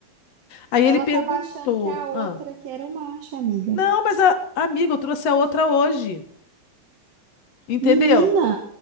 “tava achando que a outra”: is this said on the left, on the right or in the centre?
Right